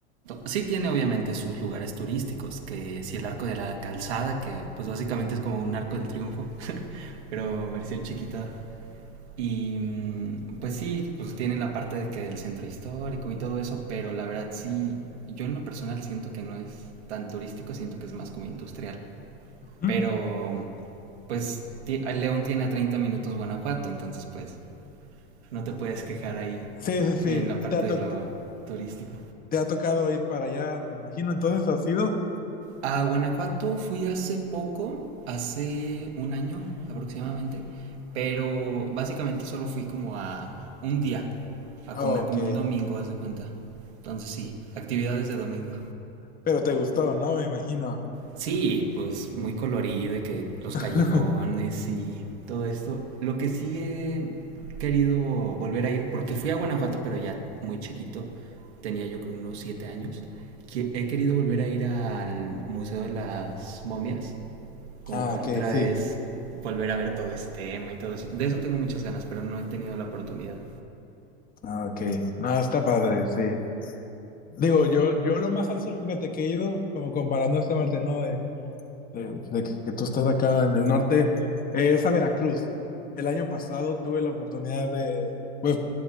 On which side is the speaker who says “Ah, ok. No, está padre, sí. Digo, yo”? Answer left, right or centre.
Left